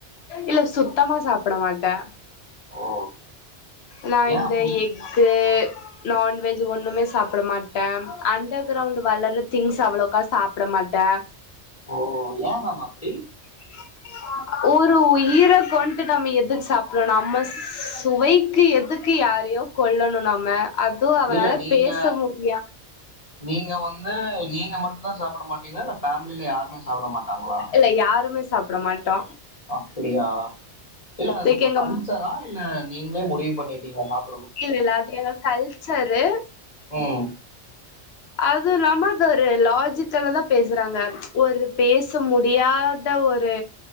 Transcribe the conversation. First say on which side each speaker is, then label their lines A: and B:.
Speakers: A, on the left; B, on the left.
A: இல்ல சுத்தமா சாப்ட மாட்டே
B: ஓ
A: நா
B: ஏ
A: இந்த
B: அப்டி
A: எஃகு நான்வெஜ் ஒன்னுமே சாப்ட மாட்டே அண்டர் கிரவுண்ட் வளர்ற திங்ஸ் அவ்ளோக்கா சாப்ட மாட்டே
B: ஓ ஏ மேம் அப்டி
A: <unintelligible> ஒரு உயிரக் கொன்ட்டு டம் எதுக் சாப்றோ நம்ம சுவைக்கு எதுக் கு யாரையோ கொல்லணு நம்ம அதுவு அவனாலப்
B: இல்ல நீங்க
A: பேச முடியா
B: நீங்க வந்து நீங்க மட்டுந்தா சாப்பட மாட்டீங்ளா இல்ல ஃபேம்லில யாருமே சாப்ட மாட்டாங்ளா
A: இல்ல யாருமே சாப்ட மாட்டோ
B: அப்பிடியா இல்ல அது
A: லைக்
B: உங்க
A: எங்க
B: கல்ச்சரா இல்ல நீங்ளே முடிவு பண்ணிட்டீங்க சாப்
A: இல்லல்ல அது எங்க கல்ச்சரு
B: ம்
A: அது இல்லாம அத ஒரு லாஜிக்கல்லதாம் பேசறாங்க ஒரு பேச முடியாத ஒரு